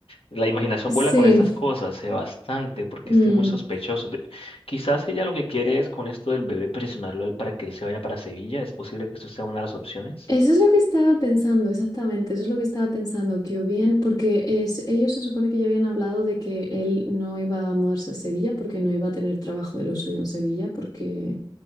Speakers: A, on the left; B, on the left.
A: La imaginación
B: Sí,
A: vuela con estas cosas, eh, bastante, porque
B: mm,
A: es que es muy sospechoso. De- Quizás ella lo que quiere es con esto del bebé presionarlo a él para que él se vaya para Sevilla. ¿Es posible que esto sea una de las opciones?
B: Eso es lo que estaba pensando, exactamente, eso es lo que estaba pensando, que o bien, porque es, ellos se supone que ya habían hablado de que él no iba a mudarse a Sevilla porque no iba a tener trabajo de lo suyo en Sevilla, porque,